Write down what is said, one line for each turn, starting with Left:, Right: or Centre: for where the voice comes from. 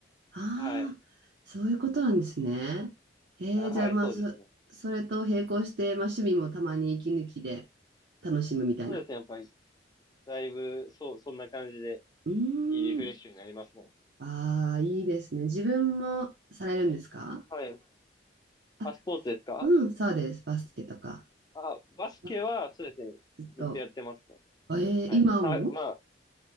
Right: ああ、
Left: はい。
Right: そういうことなんですね。えー、
Left: あ、はい、
Right: じゃあまあ、
Left: そうですね。
Right: そ、それと並行して、まあ、趣味もたまに息抜きで楽しむみたいな。
Left: そうですね、やっぱり、だいぶ、そう、そんな感じで、
Right: うーん。
Left: いいリフレッシュになりますね。
Right: ああ、いいですね。自分もされるんですか
Left: はい。
Right: あ、
Left: あ、スポーツですか
Right: うん、そうです。バスケとか
Left: あ、バスケは、
Right: は。
Left: そうですね、
Right: ずっと。
Left: ずっとやってますね。
Right: あえー、
Left: はい。
Right: 今も
Left: さ、まあ、